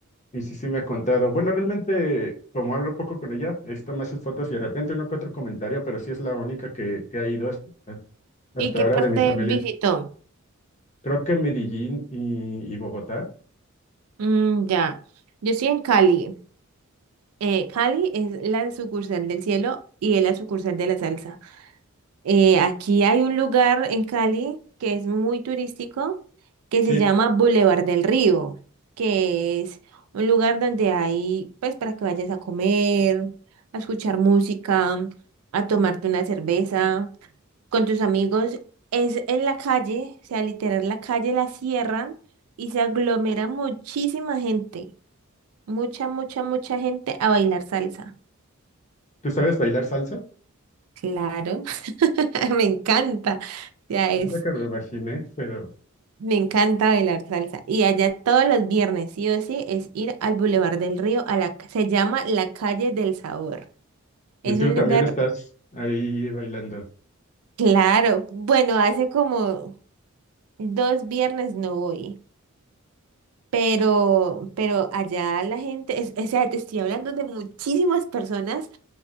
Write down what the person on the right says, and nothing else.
¿Y qué
parte
visitó?
Mm, ya. Yo estoy en Cali. Eh, Cali es la sucursal del cielo y es la sucursal de la salsa. Eh, aquí hay un lugar en Cali que es muy turístico, que
se llama Boulevard del Río, que es un lugar donde hay, pues, para que vayas a comer, a escuchar música, a tomarte una cerveza con tus amigos. Es en la calle, o sea, literal, la calle la cierran y se aglomera muchísima gente, mucha, mucha, mucha gente a bailar salsa.
Claro, <laughs> me encanta. Ya es.
Me encanta bailar salsa. Y allá todos los viernes, sí o sí, es ir al Boulevard del Río, a la, ca- se llama la Calle del Sabor.
Es
un
lugar,
claro, bueno, hace como dos viernes no voy, pero, pero allá la gente, es, o sea, te estoy hablando de muchísimas personas